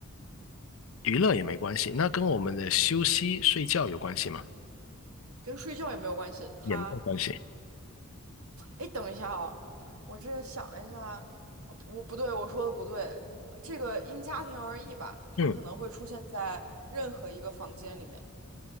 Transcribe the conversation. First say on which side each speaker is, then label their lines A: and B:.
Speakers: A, on the left; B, on the right.
A: 娱乐也没关系，那跟我们的休息睡觉有关系吗？
B: 跟睡觉也没有关系，它
A: 也没有关系。
B: 哎，等一下哦，我这想了一下，呃我不对，我说的不对。这个因家庭而异吧，它可能会出现在任何一个房间里面，
A: 嗯。